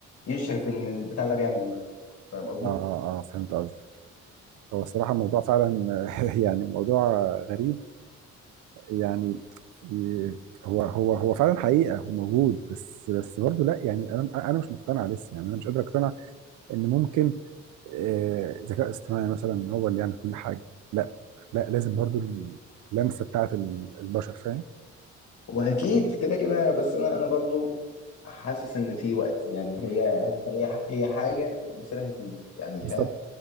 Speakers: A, on the left; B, on the right.
A: يشرف ان البتاع ده بيعمل ايه فاهم قصدي
B: اه اه آه، فهمت قصدك هو الصراحة الموضوع فعلا <laughs> يعني موضوع غريب يعني ي- هو هو هو فعلا حقيقة هو موجود بس بس برضه لا يعني انا انا مش مقتنع لسه يعني انا مش قادر اقتنع ان ممكن آه، ذكاء اصطناعي مثلا هو اللي يعمل كل حاجة لا لا لازم برضه اللمسة بتاعت ال- البشر فاهم
A: واكيد كده كده بس انا انا برضو حاسس ان في وقت يعني هي هي هي حاجه مصيرها هتيجي يعني
B: بالظبط
A: فاهم